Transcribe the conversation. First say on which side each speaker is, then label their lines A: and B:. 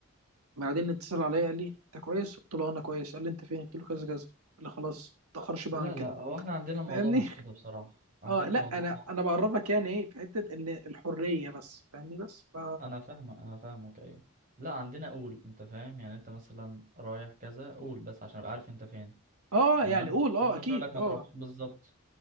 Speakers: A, on the right; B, on the right.
A: بعدين اتصل عليا قال لي انت كويس قلت له انا كويس قال لي انت فين قلت له كذا كذا قال لي خلاص ما تاخرش بقى
B: لا
A: عن كده
B: لا هو احنا عندنا الموضوع
A: فاهمني
B: مش
A: <laughs>
B: كده بصراحة عندنا
A: اه
B: الموضوع
A: لا انا انا بعرفك يعني ايه في حته ان الحريه بس فاهمني بس ف
B: انا فاهمك انا فاهمك ايوه لا عندنا قول انت فاهم يعني انت مثلا رايح كذا قول بس عشان ابقى عارف انت فين
A: اه
B: ان
A: يعني
B: انا
A: قول اه
B: إن انا
A: اكيد
B: مش هقول لك ما
A: اه
B: تروحش بالظبط